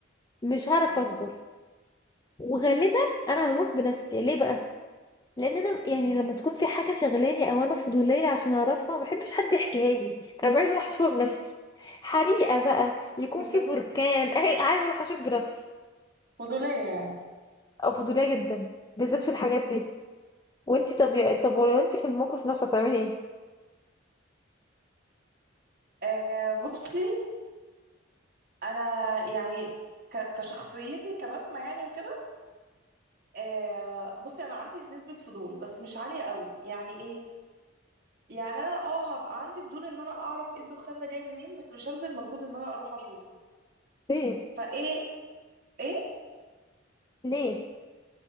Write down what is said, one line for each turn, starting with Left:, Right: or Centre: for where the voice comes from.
Left: مش هعرف
Right: م-
Left: أصبر وغالبا أنا هروح بنفسي ليه بقى؟ لأن أنا يعني
Right: م-
Left: لما تكون في حاجة شغلاني أو أنا فضولية عشان أعرفها ما بحبش حد يحكيها لي أنا عايزة أروح أشوفها بنفسي حريقة بقى يكون
Right: <laughs>
Left: في بركان أي- عايزة أروح أشوف بنفسي
Right: فضولية يعني
Left: أو فضولية جدا بالذات في الحاجات دي وانت طب يا- طب ولو انت في الموقف نفسه هتعملي ايه
Right: آه بصي أنا يعني ك... كشخصيتي كبسمة يعني وكده آه بصي انا عندي نسبة فضول بس مش عالية قوي يعني ايه يعني انا اه هبقى عندي فضول ان انا اعرف ايه الدخان ده جاي منين بس مش هبذل مجهود ان انا اروح اشوفه
Left: ليه
Right: فايه ايه
Left: ليه